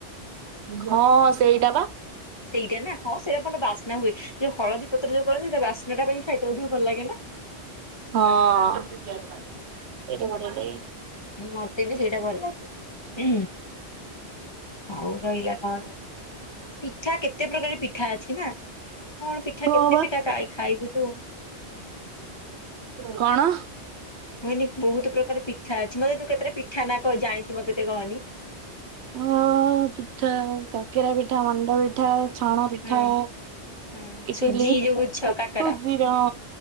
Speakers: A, on the right; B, on the left.
A: ଘଁ ସେଇଟା ବା
B: ସେଇଟା ନା ହଁ ସେଇଟା ଭର ବାସ୍ନା ହୁଏ ଯୋଉ ହଳଦୀତ ଯଉ କନ୍ତି ସେଇଟ ବାସ୍ନାଟା ପାଇଁ ଖାଇଥା ଅଧିକ ଭଲ ଲାଗେ ନା
A: ହଁ ସେଟା ବଢିଆ ଲାଗେ
B: ମତେ ବି ସେଇଟା ଭଲ ଲାଗେ ଆଉ ରହିଲା କଣ ପିଠା କେତେ ପ୍ରକାର ପିଠା ଅଛି ନା କଣ ପିଠା
A: ହଁ
B: କେତେ
A: ବା।
B: ପିଠା ଖ ଖାଇବୁ ତୁ
A: କଣ
B: ହୁନି ବହୁତ ପ୍ରକାର ପିଠା ଅଛି ମତେ ତୁ କେତେଟା ପିଠା ନା କହ ଜାଣିଛୁ ମତେ ଟିକେ କହନି
A: ଓ ପିଠା କକେରା ପିଠା ମଣ୍ଡ ପିଠା ଛଣା ପିଠା
B: ହଁ ହଁ
A: ଇଟିଲ
B: ସୁଜି ଯୋଉ ଛ କାକରା
A: କଜିିର